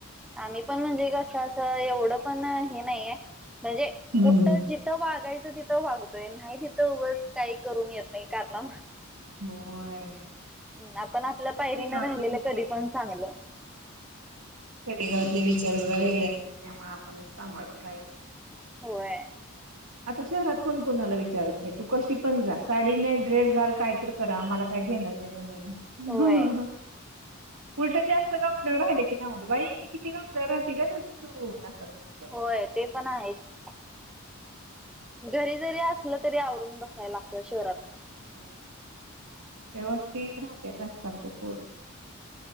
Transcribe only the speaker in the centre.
आम्ही पण म्हणजे कसं असं एवढं पण हे नाहीये. म्हणजे
कुठं जिथं वागायचं तिथं वागतोय नाही तिथं उगच काही करून येत नाही कारनामा.
आपण आपल्या पायरीनं
राहिलेलं
कधी पण चांगलं
होय.
होय
होय ते पण आहेच. घरी. जरी असलं तरी आवरून बस लागत शहरात.